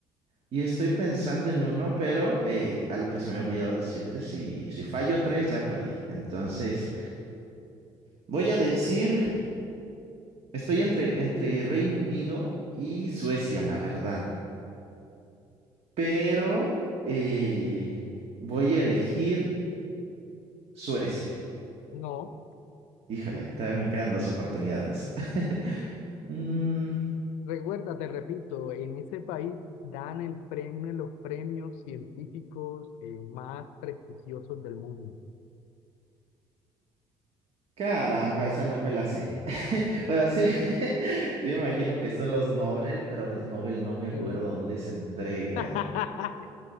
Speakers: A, on the right; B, on the left.
A: Y estoy pensando en uno, pero eh, algo que se me ha olvidado decirte, si, si fallo tres, ya perdí. Entonces, voy a decir... Estoy entre, entre Reino Unido y Suecia, la verdad. Pero eh, voy a elegir Suecia.
B: No,
A: Híjole, todavía me quedan dos oportunidades. <laughs> Mm,
B: recuerda, te repito, en ese país dan el premio, uno de los premios científicos eh, más prestigiosos del mundo.
A: caramba, esa no me la sé. <laughs> O sea, sí, <laughs> sí me imagino que son los Nobel, pero los Nobel no me acuerdo
B: Sí.
A: dónde se entregan.
B: <laughs>